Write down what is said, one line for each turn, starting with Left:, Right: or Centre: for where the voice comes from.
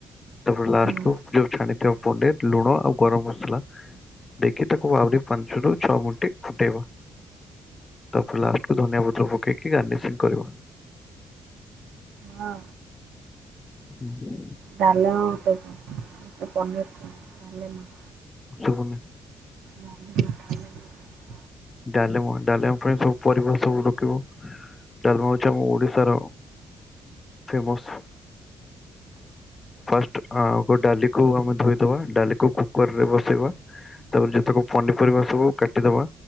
Left: ତାପରେ ଲାଷ୍ଟକୁ
Right: ହୁଁ
Left: ପ୍ଲିଅ ଛାଣି ତେ ଓପନ୍ ରେ ଲୁଣ ଆଉ ଗରମ ମସଲା ଦେଇକି ତାକୁ ଆହୁରି ପାଞ୍ଚରୁ ଛଅ ମିଣ୍ଟି ଫୁଟେଇବା। ତାପରେ ଲାଷ୍ଟକୁ ଧନିଆ ପତ୍ର ପକେଇକି ଗାର୍ନିସିଂ କରିବା।
Right: ହଁ।
Left: ହୁଁ।
Right: ଡାଲମା <unintelligible> ତ ପନିଅରୀ ତ ଡାଲେମା।
Left: ମୋନା
Right: ଡାଲେମା ଡାଲେମା <inaudible>
Left: ଡାଲେମା ଡାଲେମା ପାଇଁ ସବୁ ପରିବା ସବୁ ରକିବ। ଡାଲମା ହୋଉଚି ଆମ ଓଡ଼ିଶାର ଫେମସ୍ ଫାଷ୍ଟ ଆଗ ଡାଲିକୁ ଆମେ ଧୋଇଦବା। ଡାଲିକୁ କୁକରରେ ବସେଇବା ତାପରେ ଯେତେକ ପନିପରିବା ସବୁ କାଟିଦବା